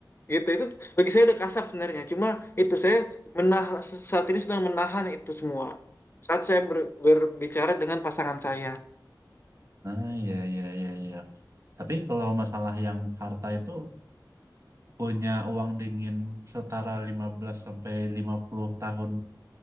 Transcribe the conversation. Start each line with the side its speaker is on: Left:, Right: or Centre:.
Left: Gitu. Itu bagi saya udah kasar sebenarnya. Cuma itu saya menahan saat ini sedang menahan itu semua. Saat saya ber- berbicara dengan pasangan saya.
Right: Ah, iya, iya, iya, iya. Tapi kalau masalah yang harta itu punya uang dingin setara 15 sampai 50 tahun